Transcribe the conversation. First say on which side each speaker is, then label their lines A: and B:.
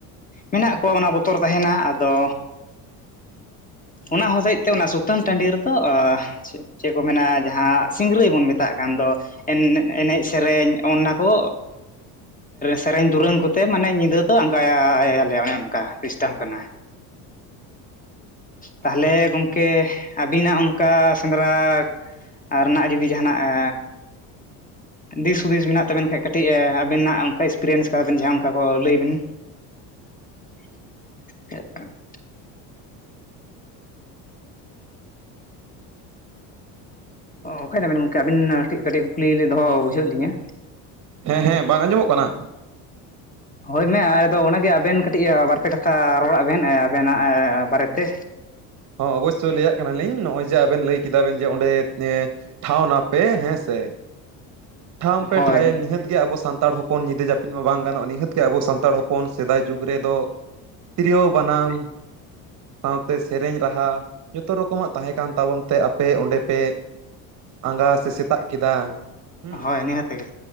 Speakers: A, on the left; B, on the right.
A: ᱢᱮᱱᱟᱜ ᱠᱚᱣᱟ ᱚᱱᱟ ᱵᱚᱛᱚᱨ ᱛᱟᱦᱮᱱᱟ, ᱟᱫᱚ ᱚᱱᱟ ᱦᱚᱛᱮᱡ ᱛᱮ ᱚᱱᱟ ᱥᱩᱛᱟᱹᱱ ᱴᱟᱺᱰᱤ ᱨᱮᱫᱚ ᱪᱮᱫ ᱠᱚ ᱢᱮᱱᱟ ᱡᱟᱦᱟᱸ ᱥᱤᱝᱨᱟᱹᱭ ᱵᱚᱱ ᱢᱮᱛᱟᱜ ᱠᱟᱱ ᱫᱚ, ᱮᱱᱱᱮ ᱥᱮᱨᱮᱧ ᱚᱱᱟᱠᱚ ᱥᱮᱨᱮᱧ ᱫᱩᱨᱟᱹᱝ ᱠᱚᱛᱮ ᱢᱟᱱᱮ ᱧᱤᱫᱟᱹ ᱫᱚ ᱟᱸᱜᱟᱭᱟᱞᱮ ᱚᱱᱮ ᱚᱱᱠᱟ ᱥᱤᱥᱴᱮᱢ ᱠᱟᱱᱟ, ᱛᱟᱦᱚᱞᱮ ᱜᱚᱝᱠᱮ ᱟᱵᱤᱱᱟᱜ ᱚᱱ ᱠᱟ ᱥᱮᱸᱫᱽᱨᱟ ᱟᱨᱮᱱᱟᱜ ᱡᱩᱫᱤ ᱡᱟᱦᱟᱱᱟᱜ ᱟ ᱫᱤᱥ ᱦᱩᱫᱤᱥ ᱢᱮᱱᱟᱜ ᱛᱟᱵᱮᱱ ᱠᱷᱟᱱᱡ ᱠᱟᱹᱴᱤᱡ ᱟᱵᱤᱱᱟᱜ ᱚᱱᱠᱟ ᱮᱠᱥᱯᱨᱤᱭᱮᱱᱥ ᱠᱟᱫᱟᱵᱮᱱ ᱡᱟᱦᱟᱸ ᱚᱱᱠᱟ ᱠᱚ ᱞᱟᱹᱭ ᱵᱤᱱ᱾ <inaudible> ᱚᱠᱟᱭ ᱱᱟᱵᱮᱱ ᱜᱚᱢᱠᱮ ᱟᱹᱵᱤᱱ ᱴᱷᱤᱡ ᱠᱟᱹᱴᱤᱡ ᱠᱩᱠᱞᱤ ᱫᱚᱦᱚ ᱵᱩᱡᱷᱟᱹᱣᱮᱫ ᱞᱤᱧᱟ᱾
B: ᱦᱮᱸ ᱦᱮᱸ ᱵᱟᱝ ᱟᱸᱡᱚᱢᱚᱜ ᱠᱟᱱᱟ?
A: ᱦᱳᱭ ᱢᱮ ᱟᱫᱚ ᱚᱱᱟᱜᱮ ᱟᱵᱮᱱ ᱠᱟᱹᱴᱤᱡ ᱵᱟᱨᱯᱮ ᱠᱟᱛᱷᱟ ᱨᱚᱲᱟᱜ ᱵᱮᱱ ᱟᱵᱮᱱᱟᱜ ᱵᱟᱨᱮᱛᱮ᱾
B: ᱦᱚᱸ ᱚᱵᱚᱥᱥᱳ ᱞᱟᱹᱭᱟᱜ ᱠᱟᱱᱟᱞᱤᱧ ᱱᱚᱜᱼᱚᱭ ᱡᱮ ᱟᱵᱮᱱ ᱞᱟᱹᱭ ᱠᱮᱫᱟ ᱵᱮᱱ ᱡᱮ ᱚᱸᱰᱮ ᱴᱷᱟᱶ ᱱᱟᱯᱮ ᱦᱮᱸᱥᱮ ᱴᱷᱟᱶ ᱯᱮ
A: ᱦᱳᱭ
B: ᱴᱷᱟᱭᱮᱱ ᱱᱤᱦᱟᱹ ᱜᱮ ᱟᱵᱚ ᱥᱛ ᱦᱚ ᱯᱚᱱ ᱧᱤᱫᱟᱹ ᱡᱟᱹᱯᱤᱫ ᱢᱟ ᱵᱟᱝ ᱜᱟᱱᱚᱜᱼᱟ, ᱱᱤᱦᱟᱹᱛ ᱜᱮ ᱟᱵᱚ ᱥᱟᱱᱛᱟᱲ ᱦᱚᱯᱚᱱ ᱥᱮᱫᱟᱭ ᱡᱩᱜᱽ ᱨᱮᱫᱚ ᱛᱤᱨᱭᱳ, ᱵᱟᱱᱟᱢ ᱥᱟᱶᱛᱮ ᱥᱮᱨᱮᱧ, ᱨᱟᱦᱟ ᱡᱚᱛᱚ ᱨᱚᱠᱚᱢᱟᱜ ᱛᱟᱦᱮᱸ ᱠᱟᱱ ᱛᱟᱵᱚᱱ ᱛᱮ ᱟᱯᱮ ᱚᱸᱰᱮ ᱯᱮ ᱟᱸᱜᱟ ᱥᱮ ᱥᱮᱛᱟᱜ ᱠᱮᱫᱟ, ᱦᱩᱸ
A: ᱦᱳᱭ ᱱᱤᱦᱟᱹᱛ ᱜᱮ᱾